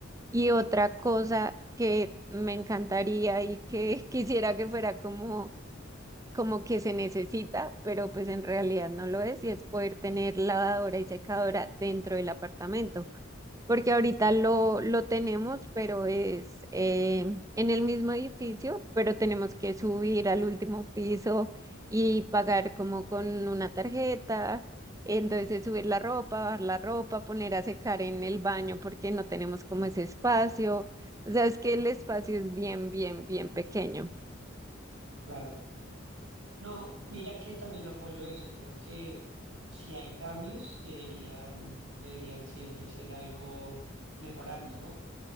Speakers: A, on the right; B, on the right.
A: Y otra cosa que me encantaría y que <laughs> quisiera que fuera como, como que se necesita, pero pues en realidad no lo es, y es poder tener lavadora y secadora dentro del apartamento porque ahorita lo, lo tenemos, pero es eh, en el mismo edificio, pero tenemos que subir al último piso y pagar como con una tarjeta, entonces subir la ropa, bajar la ropa, poner a secar en el baño porque no tenemos como ese espacio. O sea, es que el espacio es bien, bien, bien pequeño.
B: claro. No, mira que también apoyo eso. Creo que si hay cambios, deberían, deberían siempre ser algo mejorando, ¿no?